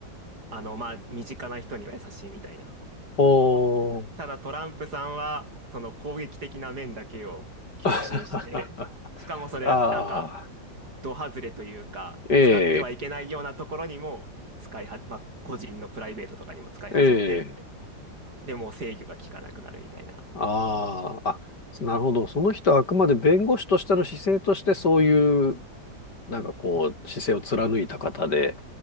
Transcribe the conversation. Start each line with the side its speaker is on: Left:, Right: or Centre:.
Right: あの、まあ、身近な人には優しいみたいな。
Left: おー、
Right: ただトランプさんは、その攻撃的な面だけを吸収して、
Left: <laughs>
Right: しかもそれ、
Left: ああ。
Right: なんか、ド外れというか、
Left: ええ、
Right: 使ってはいけないようなところにも使いは、まあ、個人のプライベートとかにも使い始めて、
Left: ええ、
Right: でもう制御が効かなくなるみたいな。
Left: ああ、あ、なるほど。その人はあくまで弁護士としての姿勢としてそういう、なんかこう、姿勢を貫いた方で。